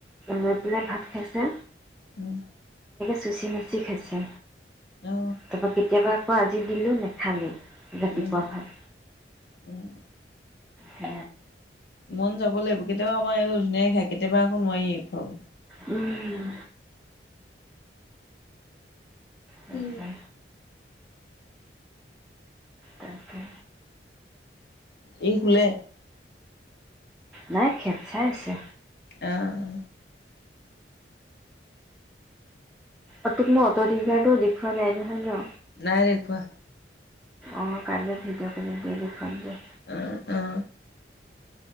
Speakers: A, in the centre; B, on the left.
A: লৈ পেলাই ভাত খাইছে
B: উম
A: চুচী মুচি খাইছে
B: অ',
A: তাপা কেতিয়াবা অ আজি দিলো নেখালো ৰাতিপুৱা
B: উম,
A: খাই
B: উম
A: স
B: মন যাব লাগিব কেতিয়াবা আমাৰ এইয়ো ধুনীয়াই খাই কেতিয়াবা একো নোৱাৰিয়ে খাৱ
A: উম তাকে
B: উ
A: তাকে
B: এই শুলে
A: নাই খেপ চাই আছে
B: আহ
A: অ তোক মই অটটিংকাৰ টো দেখুুৱা নাই নহয় ন
B: নাই দেখুৱা
A: অ কাইলে ভিডঅ' কলিং কৰি দেখাম যে
B: অ অ